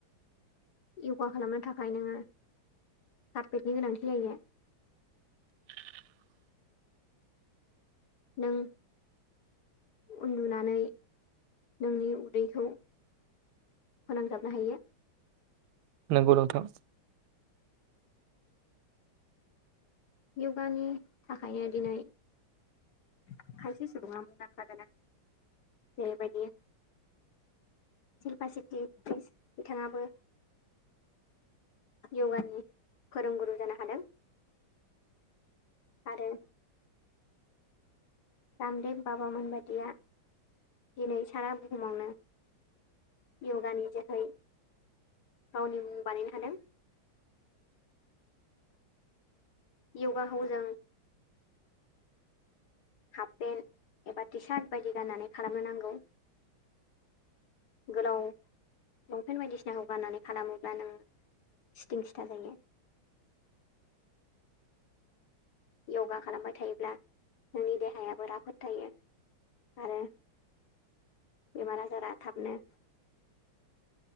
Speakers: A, on the left; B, on the right.
A: यगा खालामनो थाखाय नोङो कारफेटनि गोनांथि जायो।
B: <inaudible>
A: नों उन्दुनानै नोंनि उदैखौ फोनांजाबनो हायो।
B: नोंगौ नोंथां।
A: यगानि थाखायनो दिनै खायसे सुबुङा मुंदांखा गोनां जेरैबायदि सिल्पासेत्रि एकट्रिस बिथाङाबो यगानि फोरोंगुरु जानो हादों। आरो रामदेब बाबामोन बादिया दिनै सारा बुहुमावनो यगानि जोहै गावनि मुं बानायनो हादों। यगाखौ जों हाफ पेन्ट एबा टि सार्ट बायदि गाननानै खालामनो नांगौ। गोलाव लंपेन्ट बायदिसिनाखौ गाननानै खालामोब्ला नों सिथिं सिथा जायो।
B: <inaudible>
A: यगा खालामबाय थायोब्ला नोंनि देहायाबो राफोद थायो। आरो बेमार आजारा थाबनो